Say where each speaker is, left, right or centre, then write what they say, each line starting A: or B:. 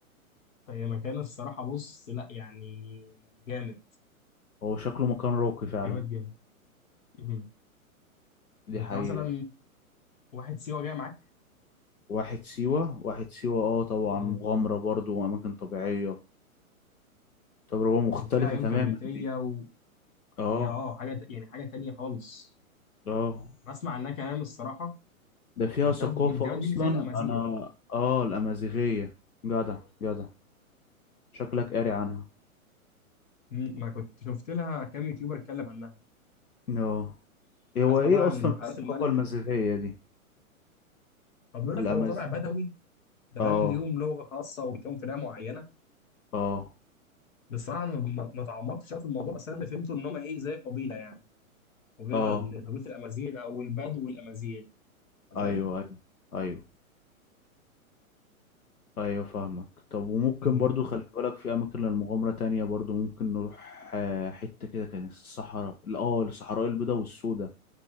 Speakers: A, on the left; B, on the left.
A: فهي مكان الصراحة بص لا يعني جامد
B: هو شكله مكان راقي فعلا
A: جامد جامد مهم.
B: دي
A: أنت
B: حقيقة
A: مثلا واحد سيوة جاي معاك
B: واحد سيوة واحد سيوة اه طبعا
A: اه
B: مغامرة برضو وأماكن طبيعية تجربة مختلفة
A: اللي فيها عيون
B: تماما
A: كبريتية
B: دي اه
A: هي اه حاجة ت- يعني حاجة تانية خالص
B: اه
A: أنا أسمع عنها كلام الصراحة
B: ده فيها
A: أنا مش
B: ثقافة
A: عارف دي تقريبا
B: أصلا
A: دي اللي فيها الأمازيغ
B: أنا اه الأمازيغية جدع جدع شكلك قاري عنها
A: مم، ما كنت شفت لها كام يوتيوبر اتكلم عنها
B: اه هو
A: أسمع
B: ايه
A: بقى عن
B: أصلا
A: بحيرات
B: الثقافة
A: الملح
B: المازيغية
A: اللي هناك
B: دي
A: فبيقول لك
B: الأماز
A: هو طابع بدوي ده
B: اه
A: فاهم ليهم لغة خاصة وبيكون في لغة معينة
B: اه
A: بصراحة أنا ما ما تعمقتش أوي في الموضوع بس أنا اللي فهمته إن هم إيه زي قبيلة يعني قبيلة
B: اه
A: ال- قبيلة الأمازيغ أو البدو والأمازيغ أنت
B: أيوه
A: فاهم؟
B: أيوه أيوه ايوه فاهمك طب وممكن
A: مم،
B: برضو خلي بالك في اماكن للمغامرة تانية برضو ممكن نروح آه، حتة كده كانت الصحراء اه الصحراء البيضاء والسوداء